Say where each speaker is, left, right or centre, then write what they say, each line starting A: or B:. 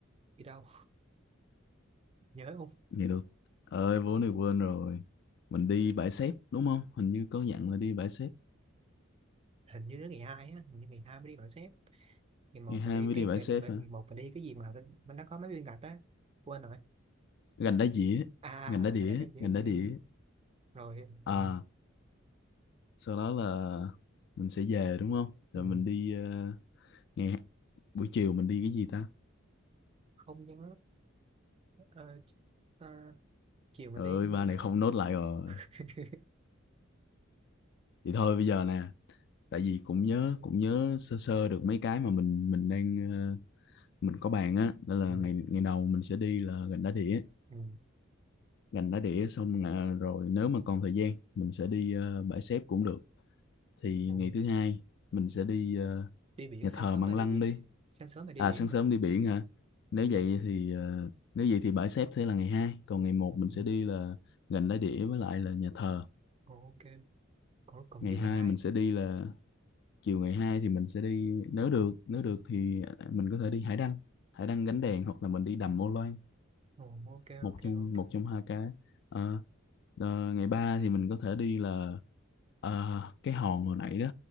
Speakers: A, on the right (about 30°); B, on the left (about 60°).
A: đi đâu <laughs> nhớ không
B: ngày được ơi vốn này quên rồi mình đi bãi xép đúng không hình như có dặn là đi bãi xép
A: hình như đến ngày hai á hình như ngày hai mới đi gọi sếp ngày một
B: ngày hai
A: mình đi
B: mới
A: cái
B: đi bãi
A: mình,
B: xép
A: mình
B: hả
A: ngày một mình đi cái gì mà nó nó có mấy viên gạch á quên rồi
B: gành đá dĩa
A: à
B: gành đá đĩa
A: là nó dễ
B: gành
A: là
B: đá
A: nó
B: đĩa
A: dễ rồi mình,
B: à sau đó là mình sẽ về đúng không rồi
A: mình
B: mình đi ờ, nghe buổi chiều mình đi cái gì ta
A: không nhớ ờ, ờ, chiều mình
B: Trời
A: đi cái
B: ơi ba
A: gì đó
B: này không nốt lại rồi
A: <laughs>
B: vậy thôi bây giờ nè tại vì cũng nhớ cũng nhớ sơ sơ được mấy cái mà mình mình đang ờ, mình có bàn á đó là
A: ừ,
B: ngày ngày đầu mình sẽ đi là gành đá đĩa
A: ừ,
B: gành đá đĩa xong là- rồi nếu mà còn thời gian mình sẽ đi ờ, bãi xép cũng được thì
A: ừ.
B: ngày thứ hai mình sẽ đi ờ,
A: đi biển
B: nhà
A: sáng
B: thờ
A: sớm
B: Măng
A: mà đi
B: Lăng
A: biển
B: đi
A: sáng sớm mà đi
B: à
A: biển
B: sáng
A: mà
B: sớm đi biển hả nếu
A: ừ.
B: vậy thì ờ, nếu vậy thì bãi xếp sẽ là ngày hai còn ngày một mình
A: Ừ.
B: sẽ đi là gành đá đĩa với lại là nhà thờ
A: Ồ, ok còn, còn
B: ngày
A: chiều
B: 2
A: ngày hai
B: mình sẽ đi là chiều ngày 2 thì mình sẽ đi nếu được nếu được thì à, mình có thể đi hải đăng hải đăng gánh đèn hoặc là mình đi đầm
A: Ừ,
B: Ô Loan
A: Ồ, ok
B: một
A: ok
B: trong
A: ok
B: một trong hai cái Ờ, ờ, ngày 3 thì mình có thể đi là ờ, cái hòn hồi nãy đó